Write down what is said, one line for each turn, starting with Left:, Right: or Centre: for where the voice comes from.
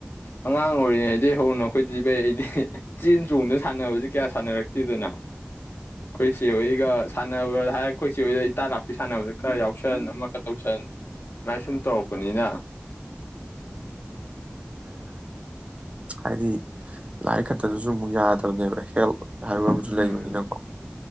Left: ꯑꯉꯥꯡ ꯑꯣꯏꯔꯤꯉꯩꯗꯒꯤꯩ ꯍꯧꯅ ꯑꯩꯈꯣꯏꯗꯤ ꯚꯩ ꯑꯩꯗꯤ ꯆꯦꯟ ꯆꯣꯡꯗ ꯁꯥꯟꯅꯕꯁꯤ ꯀꯌꯥ ꯁꯥꯟꯅꯔꯛꯇꯦꯗꯅ ꯑꯩꯈꯣꯏꯁꯤꯦ ꯑꯩꯒ ꯁꯥꯟꯅꯕ ꯍꯥꯏꯔ ꯑꯩꯈꯣꯏꯁꯤꯦ ꯑꯩꯗ ꯏꯇ ꯂꯥꯛꯄꯤ ꯁꯥꯟꯅꯕꯗ ꯈꯔ ꯌꯥꯎ ꯇꯁꯟ ꯑꯃꯈ ꯇꯧꯁꯟ ꯃꯥ ꯁꯨꯝ ꯇꯧꯔꯛꯄꯅꯤꯅ
Right: ꯍꯥꯏꯗꯤ ꯂꯥꯏꯔꯤ ꯈꯛꯇꯗꯁꯨ ꯑꯃꯨꯛ ꯌꯥꯗꯕꯅꯦꯕ ꯍꯦꯜ ꯍꯥꯏꯕ ꯑꯃꯁꯨ
Left: ꯎꯝ
Right: ꯂꯩꯕꯅꯤꯅꯀꯣ